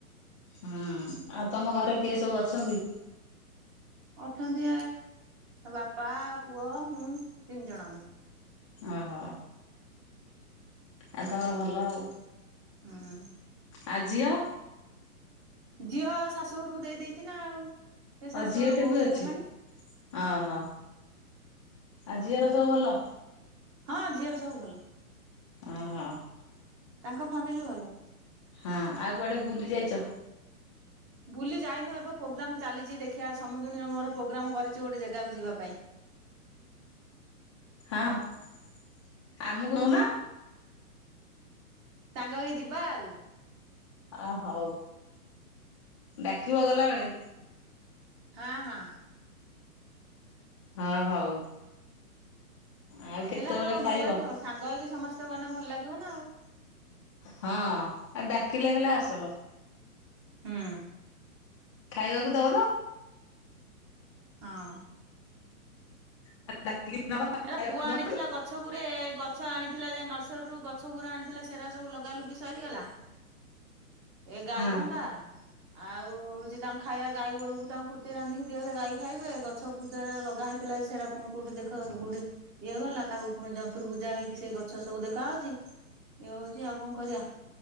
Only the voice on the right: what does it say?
ଅଛନ୍ତି ବାପା ପୁଅ ମୁଁ ତିନି ଜଣ ଆମେ।
ହଁ।
ଝିଅ ଶାଶୁଘରକୁ ଦେଇ ଦେଇଛି, ନା ଆଉ ସେ
ଶାଶୁଘର
ବୋଉ
ହେଇଗଲାଣି
ହଁ।
ହଁ ଝିଅର ସବୁ ଭଲ।
ତାଙ୍କ ଫ୍ୟାମିଲି ଭଲ।
ବୁଲି ଯାଇନୁ ଏବେ ପ୍ରୋଗ୍ରାମ ଚାଲିଛି ଦେଖିବା ସମୁଦୁଣୀର ମୋର ପ୍ରୋଗ୍ରାମ କରିଛୁ ଗୋଟେ ଜାଗାକୁ ଯିବା ପାଇଁ।
ସାଙ୍ଗ ହେଇ ଯିବା ଆଉ।
ହଁ ହଁ।
ଏକଲା
ଗଲେ କଣ
ଭଲ ଲାଗିବ ସାଙ୍ଗ ହେଇକି ସମସ୍ତେ ଗଲେ ଭଲ ଲାଗିବ ନା ଆଉ।
ହୁଁ।
ହଁ।
ଏରା ପୁଅ ଆଣିଥିଲା
ଗଛ ଗୁରେ ଗଛ ଆଣିଥିଲା ନର୍ସରୀରୁୁ ଗଛ ଗୁରା ଆଣିଥିଲା ସେରା ସବୁ ଲଗ ଲଗା ଲୁଗି ସରିଗଲା? ଏ ଗାଈ
ଧନ୍ଦା। ଆଉ ହଉଛି ତାଙ୍କ ଖାଇବା ଗାଈ ଗୋରୁକୁ ତାଙ୍କୁ କୁର୍ଚୀ ରାନ୍ଧିକି ଦିଅ ଗାଈ ଖାଇବେ, ଗଛ ଫୂଜରେ ଲଗା ହେଇଥିଲା ସେରା ପୁଣି କୋଉଠି ଦେଖ କଉଠି ଇଏ ଗଲା ତାକୁ ପୁଣି ଜନ୍ତୁର ପୂଜା ହେଇକି ସେ ଗଛ ସବୁ ଦେଖାହଉଛି। ଇଏ ହଉଛି ଆଉ କଣ କରିବା